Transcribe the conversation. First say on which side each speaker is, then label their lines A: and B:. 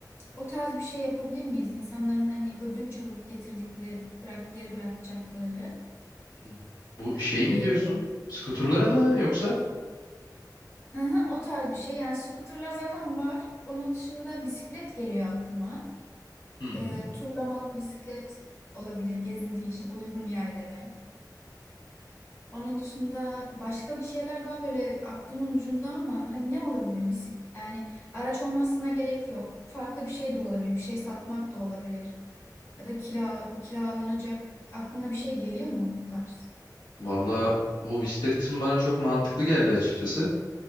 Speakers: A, on the left; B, on the left.
A: O tarz bir şey yapabilir miyiz? İnsanların hani ödünç alıp getirdikleri, bırak geri bırakacakları
B: Hı hı. Bu şey
A: bir
B: mi diyorsun? Skuterlara mı yoksa?
A: Hı hı, o tarz bir şey. Yani scooterlar zaten var. Onun dışında bisiklet geliyor aklıma.
B: Hı hı.
A: E, turlamalık bisiklet olabilir gezinti için uygun yerlere. Onun dışında başka bir şeyler daha böyle aklımın ucunda ama hani ne olabilir? Bisik yani araç olmasına gerek yok. Farklı bir şey de olabilir. Bir şey satmak da olabilir. Ya da kirala kiralanacak. Aklına bir şey geliyor mu bu tarz?
B: Valla bu bisiklet kısmı bana çok mantıklı geldi açıkçası.